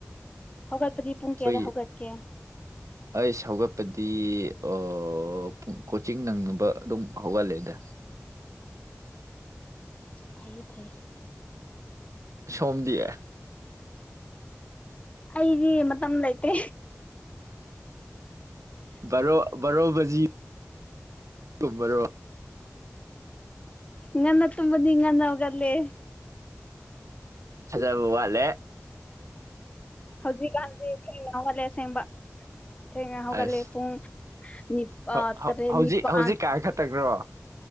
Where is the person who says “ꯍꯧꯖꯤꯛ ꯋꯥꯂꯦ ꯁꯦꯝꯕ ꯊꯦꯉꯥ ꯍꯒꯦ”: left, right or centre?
Left